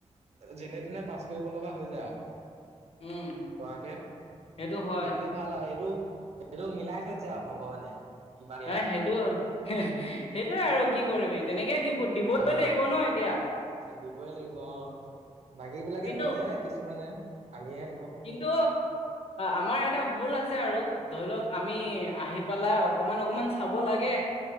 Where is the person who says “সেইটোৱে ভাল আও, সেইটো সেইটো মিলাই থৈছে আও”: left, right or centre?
Right